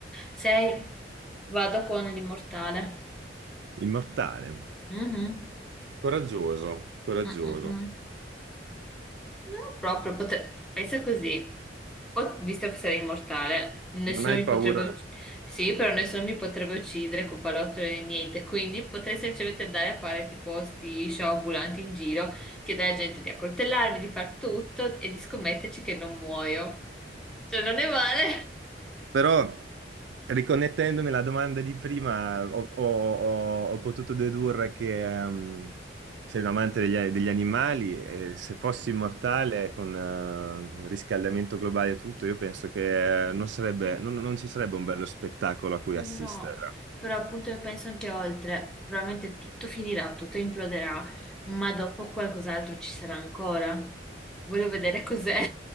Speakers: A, in the centre; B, on the right (about 75°).
A: 6. Vado con l'immortale.
B: Immortale.
A: Mhm.
B: Coraggioso, coraggioso.
A: Mm, mm, mm. No, proprio, potre- pensa così. Po- visto che sarei immortale, nessuno
B: Non hai
A: mi potrebbe
B: paura.
A: ucc- Sì, però nessuno mi potrebbe uccidere con pallottole né niente, quindi potrei semplicemente andare a fare tipo sti show ambulanti in giro, chiedere alla gente di accoltellarmi, di far tutto e di scommetterci che non muoio. Cioè, non è male.
B: Però, riconnettendomi alla domanda di prima, ho, ho- ho- ho potuto dedurre che ehm, sei un amante degli, degli animali e se fossi immortale con eh, il riscaldamento globale e tutto, io penso che eh, non sarebbe, non non ci sarebbe un bello spettacolo a cui
A: Eh
B: assistere.
A: no, però appunto io penso anche oltre, probabilmente tutto finirà, tutto imploderà, ma dopo qualcos'altro ci sarà ancora. Voglio vedere cos'è.